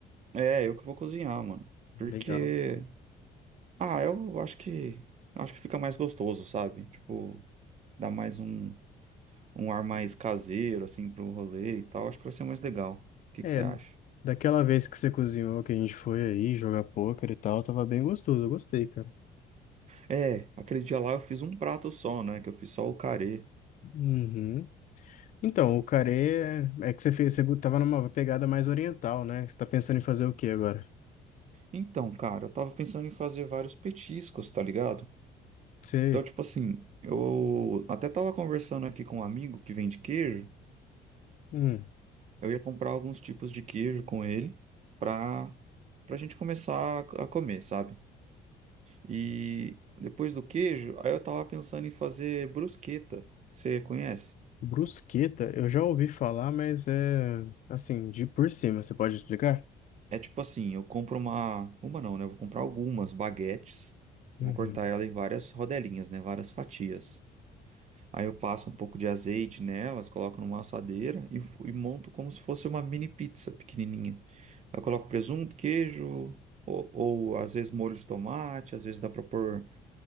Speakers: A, on the right (about 40°); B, on the left (about 50°).
A: É, eu que vou cozinhar, mano. Porque,
B: Legal.
A: ah, eu acho que acho que fica mais gostoso, sabe? Tipo, dá mais um, um ar mais caseiro assim pro rolê e tal. Acho que vai ser mais legal. O que
B: É,
A: que você acha?
B: daquela vez que você cozinhou, que a gente foi aí jogar pôquer e tal, tava bem gostoso, eu gostei, cara.
A: É, aquele dia lá eu fiz um prato só, né? Que eu fiz só o carê.
B: Uhum. Então, o carê é é que você fez, você tava numa pegada mais oriental, né? Você tá pensando em fazer o quê agora?
A: Então, cara, eu tava pensando em fazer vários petiscos, tá ligado?
B: Você.
A: Então, tipo assim, eu até tava conversando aqui com um amigo que vende queijo.
B: Hum.
A: Eu ia comprar alguns tipos de queijo com ele pra, pra gente começar a comer, sabe? E depois do queijo, aí eu tava pensando em fazer brusqueta. Você conhece?
B: Brusqueta, eu já ouvi falar, mas é assim, de por cima, você pode explicar?
A: É tipo assim, eu compro uma. Uma não, né? Eu vou comprar algumas baguetes. Vou
B: Uhum.
A: cortar ela em várias rodelinhas, né? Várias fatias. Aí eu passo um pouco de azeite nelas, coloco numa assadeira e, f- e monto como se fosse uma mini pizza pequenininha. Eu coloco presunto, queijo, ou, ou às vezes molho de tomate, às vezes dá pra pôr